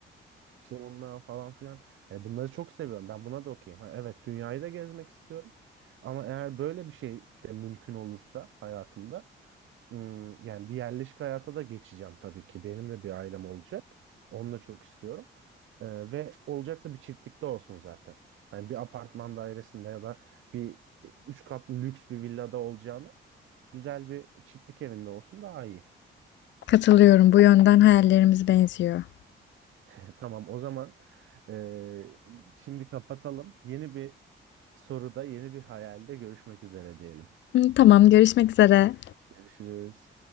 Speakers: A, on the right (about 80°); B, on the left (about 65°).
A: İşte onunla falan filan. Hani bunları çok seviyorum. Ben buna da okeyim. Ha, evet dünyayı da gezmek istiyorum. Ama eğer böyle bir şey de mümkün olursa hayatımda ım, yani bir yerleşik hayata da geçeceğim tabii ki. Benim de bir ailem olacak. Onu da çok istiyorum. Ee, ve olacaksa bir çiftlikte olsun zaten. Hani bir apartman dairesinde ya da bir üç katlı lüks bir villada olacağını güzel bir çiftlik evinde olsun daha iyi.
B: katılıyorum. Bu yönden hayallerimiz benziyor.
A: <laughs> Tamam o zaman ee, şimdi kapatalım. Yeni bir soruda yeni bir hayalde görüşmek üzere diyelim.
B: Hı, tamam görüşmek üzere.
A: Görüşürüz.